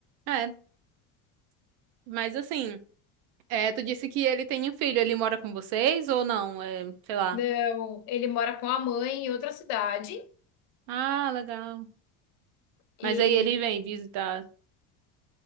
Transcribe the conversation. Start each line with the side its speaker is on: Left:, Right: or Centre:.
Right: É, mas assim, é, tu disse que ele tem um filho, ele mora com vocês ou não? É, sei lá.
Left: Não, ele mora com a mãe em outra cidade.
Right: Ah, legal.
Left: E
Right: Mas aí ele vem visitar.